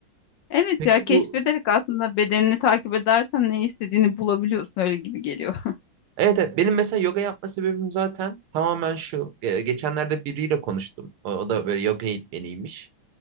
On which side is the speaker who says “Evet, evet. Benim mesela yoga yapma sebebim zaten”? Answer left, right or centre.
Right